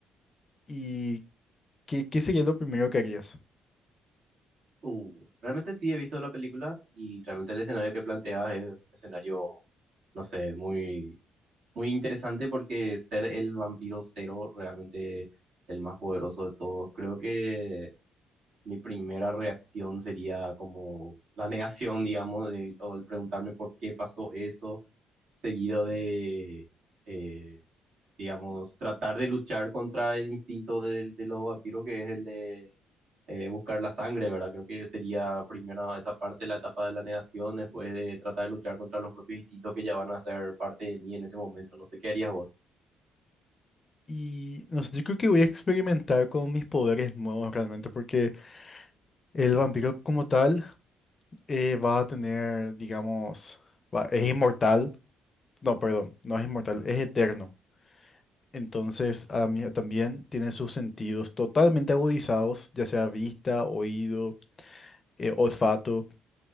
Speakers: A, on the left; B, on the right.
A: ¿Y qué, qué sería lo primero que harías?
B: Uh, realmente sí he visto la película y realmente el escenario que planteas es un escenario, no sé, muy, muy interesante porque ser el vampiro cero realmente el más poderoso de todos. Creo que mi primera reacción sería como la negación, digamos, de, o el preguntarme por qué pasó eso, seguido de, eh, digamos, tratar de luchar contra el instinto de, de los vampiros que es el de eh, buscar la sangre, ¿verdad? Creo que sería primero esa parte, la etapa de la negación, después de tratar de luchar contra los propios instintos que ya van a ser parte de mí en ese momento. No sé qué harías vos.
A: Y no sé, yo creo que voy a experimentar con mis poderes nuevos realmente, porque el vampiro como tal eh, va a tener, digamos, va- es inmortal. No, perdón, no es inmortal, es eterno. Entonces, a mí también tiene sus sentidos totalmente agudizados, ya sea vista, oído, eh, olfato.